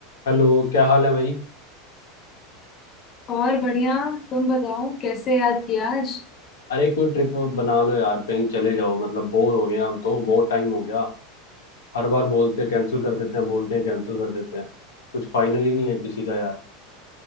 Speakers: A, on the left (about 85°); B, on the left (about 40°).
A: Hello क्या हाल है भाई
B: और बढ़िया तुम बताओ कैसे याद किया आज
A: अरे कोई ट्रिप बना लो यार कहीं चले जाओ मतलब बोर हो गए हैं अब तो बहुत टाइम हो गया हर बार बोलते हैं कैंसिल कर देते हैं बोलते हैं कैंसिल कर देते हैं कुछ फाइनल ही नहीं है किसी का यार